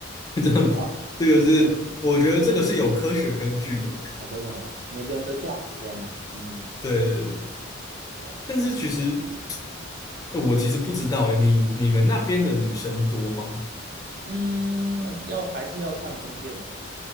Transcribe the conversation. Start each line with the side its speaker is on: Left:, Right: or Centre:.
Left: 这这个是我觉得这个是有科学根据的。
Right: 不知道啊，嗯，对哦，真的吗？每个人的价值观呐、嗯，
Left: 对对对对
Right: 对啊，
Left: 但是其实我其实不知道诶，你你们那边的女生多吗？
Right: 嗯，要还是要看分店哦，